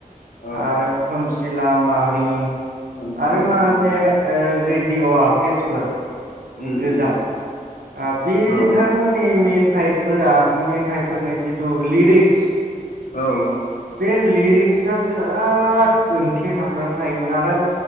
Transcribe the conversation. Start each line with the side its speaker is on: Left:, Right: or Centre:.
Left: औ
Right: आरो खोमसिलाम मानि
Left: सानसुला
Right: आरो माखासे
Left: मानि औ
Right: ओ रेडिअ'आ पेसफोर
Left: उम
Right: गोजाम
Left: उम
Right: ओ बिथांमोननि
Left: औ
Right: मेट थाइफोरा मेथाइफोरनि जिथु लिरिक्स
Left: औ
Right: बे लिरिक्स आ बिराद ओंथि हाबनानै थायोमोन आरो